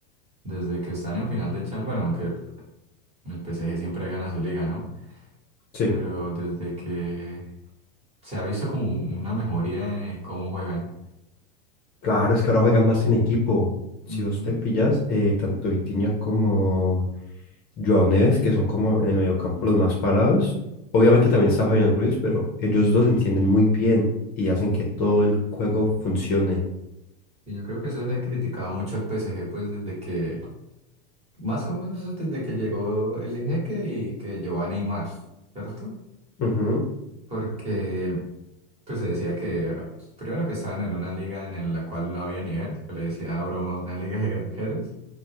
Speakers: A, on the right; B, on the left.
A: desde que están en final de Champions, bueno, aunque el PSG siempre gana su liga, ¿no?
B: Sí.
A: Pero desde que se ha visto como un- una mejoría en cómo juegan.
B: Claro, es que ahora juegan más en equipo.
A: Ujú.
B: Si vos te pillas, eh, tanto Vitinha como Joao Neves, que son como en el mediocampo los más parados. Obviamente también está Fabián Ruiz, pero ellos dos se entienden muy bien y hacen que todo el juego funcione.
A: Y yo creo que eso se le criticaba mucho al PSG, pues desde que, más o menos desde que llegó el Ejeque y que llegó a Neymar, ¿cierto?
B: Ujú.
A: Porque pues se decía que, primero que estaban en una liga en el- la cual no había nivel, se le decía a broma una liga de granjeros,